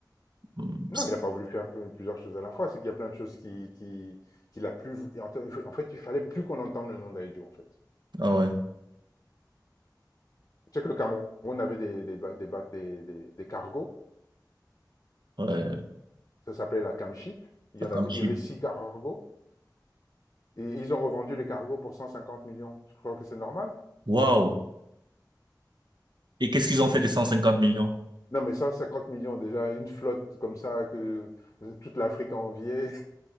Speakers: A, on the right; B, on the left.
A: Hmm,
B: Non, il n'a pas voulu faire pl- plusieurs choses à la fois. C'est qu'il y a plein de choses qui, qui, qu'il a plus. et En en fait, il fallait plus qu'on entende le nom d'Aïdjo, en fait.
A: Ah ouais.
B: Tu sais que le Cameroun avait des, des, ba- des, ba- des, des- des cargos.
A: Ouais,
B: Ça s'appelait la Camship. Il
A: ça
B: y en
A: comme
B: avait, il
A: cheap.
B: y avait six cargos. Et ils ont revendu les cargos pour 150 millions. Tu crois que c'est normal?
A: Wow. Et qu'est-ce qu'ils ont fait des 150 millions?
B: Non, mais 150 millions, déjà, une flotte comme ça que toute l'Afrique enviait.